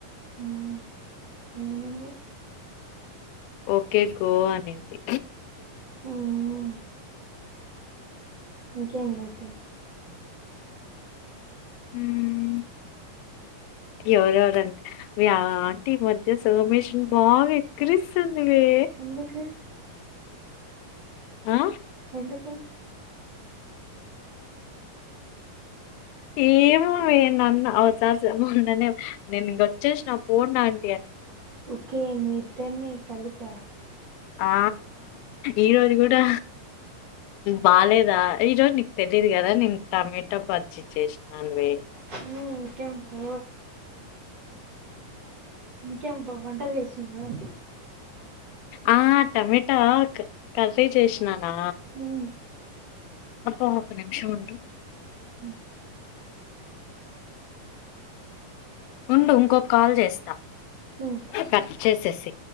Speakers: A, on the right; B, on the left.
A: హ్మ్ ఏమనింది
B: ఓకే గో అనింది
A: హ్మ్ ఇంకేం లే అయితే
B: హ్మ్ ఎవరెవరంటే మీ ఆంటీ మధ్య సోమేష్ బాగా వెకరిస్తుంది ను
A: ఎందుకు
B: ఆ
A: ఎందుకు
B: ఏమో వే అవసారిమనే నేను ఇకొచ్చేసి నా పోడిడాంట
A: ఓకే మీతనే కలిప
B: ఆ ఈరోజు కూడా బాలేదా ఈరోజు నీకు తెలీదు కదా నేను టమాటా బజ్జీ చేసానువి
A: హ్మ్ ఇంకేం పో ఇంకే హో వండల్ చేస్తున్నావా
B: ఆ టమేటా కర్రీ చేసినా నా
A: హ్మ్
B: అబ్బా ఒక నిమిషం ఉండు
A: హ్మ్
B: ఉండు ఇంకొక కాల్ చేస్తా
A: హ్మ్
B: కట్ చేసేసి